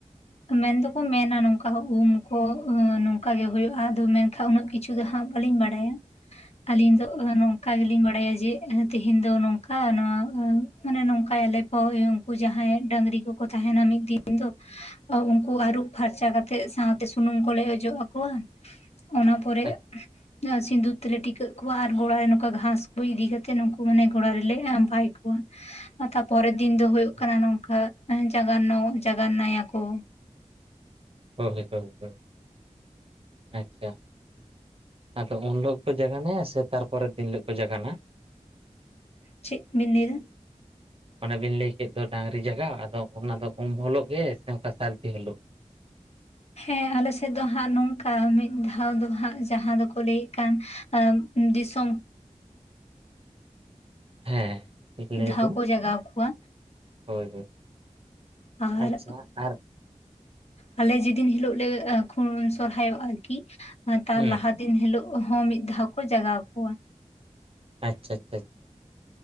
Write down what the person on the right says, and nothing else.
<inaudible>
ᱟᱪᱪᱷᱟ
<inaudible>
ᱟᱪᱪᱷᱟ
ᱦᱳᱭ ᱦᱳᱭ ᱦᱳᱭ ᱟᱪᱪᱷᱟ ᱟᱫᱚ ᱩᱱ ᱦᱤᱞᱳᱜ ᱜᱮ ᱠᱚ ᱡᱟᱜᱟᱱᱟᱭᱟ ᱥᱮ ᱛᱟᱨᱯᱚᱨᱮ ᱫᱤᱱ ᱦᱤᱞᱳᱜ ᱠᱚ ᱡᱟᱜᱟᱱᱟ᱾
<inaudible> ᱚᱱᱮ ᱵᱤᱱ ᱞᱟᱹᱭ ᱠᱮᱫ ᱫᱚ ᱰᱟᱹᱝᱨᱤ ᱡᱟᱜᱟᱣ ᱟᱫᱚ ᱚᱱᱟ ᱫᱚ ᱩᱢ ᱦᱤᱞᱳᱜ ᱜᱮ ᱥᱮ ᱚᱱᱠᱟ ᱥᱟᱹᱨᱫᱤ ᱦᱤᱞᱚᱜ
ᱦᱮᱸ ᱴᱷᱤᱠ ᱞᱟᱹᱭ
ᱵᱤᱱ
ᱦᱳᱭ ᱦᱳᱭ
ᱟᱪᱪᱷᱟ ᱟᱨ
ᱦᱩᱸ
ᱟᱪᱪᱷᱟ ᱟᱪᱪᱷᱟ